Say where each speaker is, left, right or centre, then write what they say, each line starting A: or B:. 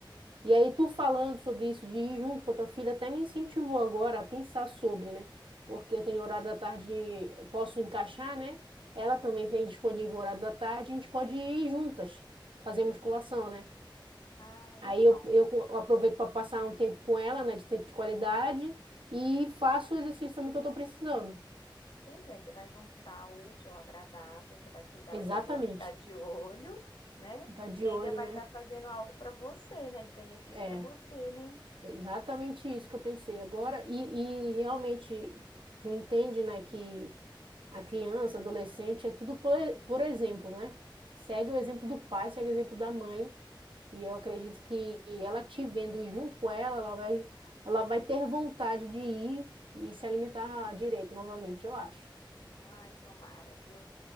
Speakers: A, on the right; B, on the left.
A: E aí, tu falando sobre isso de ir junto com a tua filha, até me incentivou agora a pensar sobre, né? Porque eu tenho horário da tarde, eu posso encaixar, né? Ela também tem disponível horário da tarde, a gente pode ir juntas, fazer musculação, né?
B: Ah, então.
A: Aí eu, eu co- eu aproveito para passar um tempo com ela, né? De tempo de qualidade, e faço o exercício também que eu tô precisando.
B: Pois é, você vai juntar o útil ao agradável, você vai cuidar
A: Exatamente.
B: dela, <laughs> ficar de olho, né?
A: Ficar de
B: E ainda
A: olho,
B: vai
A: né?
B: estar fazendo algo para você, né? De benefício
A: É,
B: para você, né?
A: exatamente isso que eu pensei agora. E, e realmente, tu entende, né, que. A criança, adolescente, é tudo por, por exemplo, né? Segue o exemplo do pai, segue o exemplo da mãe. E eu acredito que ela te vendo junto com ela, ela vai, ela vai ter vontade de ir e se alimentar direito novamente, eu acho.
B: Ai, tomara, viu?